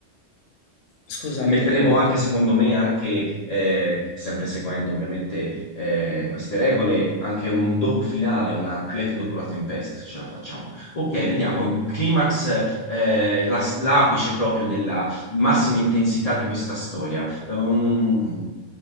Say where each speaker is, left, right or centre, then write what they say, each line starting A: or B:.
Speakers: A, on the left; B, on the left.
A: Scusa,
B: Metteremo
A: ti ho interrotto.
B: anche, secondo me, anche, eh, sempre seguendo ovviamente eh, queste regole, anche un dopo finale, una quiete dopo la tempesta, se ce la facciamo. Ok, vediamo il climax, eh, la- l'apice proprio della massima intensità di questa storia. Eh, un-